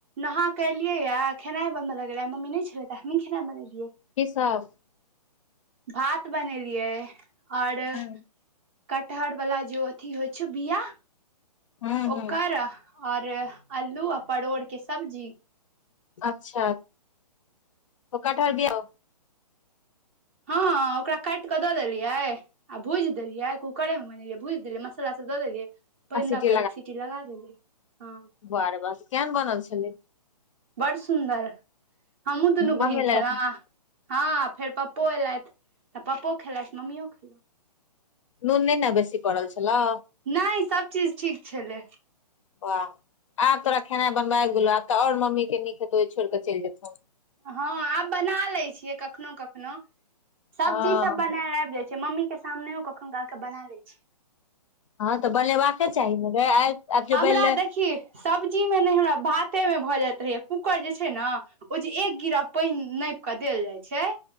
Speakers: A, on the right; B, on the left.
A: नहा क एलियै यै, खेनाइ बनबय लगलियै आइ मम्मी नहि छलै तऽ आइ हमही खेनाइ बनेलियै
B: की सब?
A: भात बनेलियै और
B: हँ
A: कटहर बला जे ओ अथी होइ छै बिया
B: हँ
A: ओकर
B: हँ
A: और अल्लू आ परोड़ के सब्जी
B: अच्छा ओ कठहर बिआ
A: हँ ओकरा काइट कऽ दऽ देलियै आ भुजि देलियै, कूकरे मे बनेलियै भुइज देलियै मसल्ला सब दऽ देलियै। पाइन
B: आ सीटी
A: दऽ क एक सिटी लगा देलियै, हँ
B: वाह रे वाह, केहन बनल छलै?
A: बड़ सुन्दर, हमहुँ दुनू
B: मम्मी
A: बहिन
B: लग
A: खेलौं आ हँ फेर पप्पो एलथि तऽ पप्पो खेलथि मम्मीयो खेलथि।
B: नून नहि ने बेसी पड़ल छलौ।
A: नहि सब चीज ठीक छलै।
B: वाह आब तोरा खेनाइ बनबय आइब गेलौ, आब तऽ और मम्मी के नीक हेतौ जे छोड़िकऽ चलि जेतौ।
A: हँ आब बना ले छियै कखनो कखनो, सब्जी
B: हँ
A: सब बनैल आबि जाय छै। छै, मम्मी के सामनेओ कखनो काल क बना लै छियै।
B: हँ तऽ बनेबाके चाही ने गै, आइ आब जे
A: हमरा
B: बनि
A: देखी सब्जी में नहि हमरा भातेमे भऽ जाइत रहैए, कूकर जे छै न ओ जे एक गिरह पानि नापि कऽ देल जाय छै